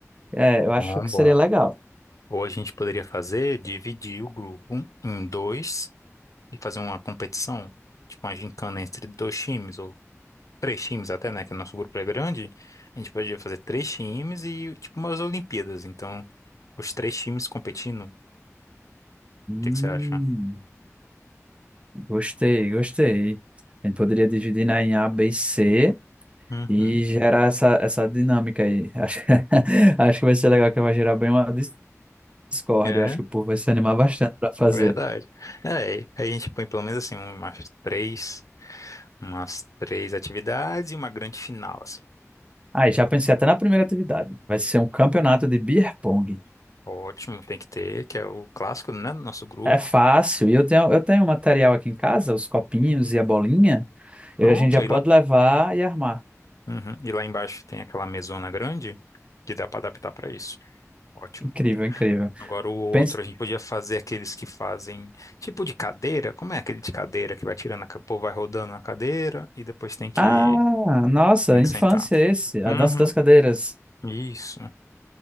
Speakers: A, on the right (about 20°); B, on the left (about 80°).
A: É, eu acho
B: Bom,
A: que
B: bom.
A: seria legal.
B: Ou a gente poderia fazer, dividir o grupo em dois e fazer uma competição, tipo uma gincana entre dois times, ou três times até, né? Que o nosso grupo é grande. A gente poderia fazer três times e tipo umas Olimpíadas. Então, os três times competindo. O
A: Hum,
B: que é que você acha?
A: gostei, gostei. A gente poderia dividir, né, em A, B e C.
B: Uhum.
A: e gerar essa, essa dinâmica aí. Acho, <laughs> acho que vai ser legal, que vai gerar bem uma discórdia.
B: É,
A: Eu acho que o povo vai se animar bastante para fazer.
B: verdade. É, aí a gente põe pelo menos assim, umas três. Umas três atividades e uma grande final, assim.
A: Aí, já pensei até na primeira atividade. Vai ser um campeonato de beer pong.
B: Ótimo, tem que ter, que é o clássico, né, do nosso grupo.
A: É fácil. E eu tenho, eu tenho material aqui em casa, os copinhos e a bolinha. E
B: Pronto,
A: a gente já pode
B: e lá,
A: levar e armar.
B: Uhum. E lá embaixo tem aquela mesona grande que dá para adaptar para isso. Ótimo.
A: Incrível, incrível.
B: Agora o outro,
A: Pense...
B: a gente podia fazer aqueles que fazem tipo de cadeira. Como é aquele de cadeira que vai tirando a, ca- o povo vai rodando a cadeira e depois tem que
A: Ah, nossa,
B: tem
A: infância
B: que sentar.
A: é esse. A
B: Uhum.
A: dança das cadeiras.
B: Isso.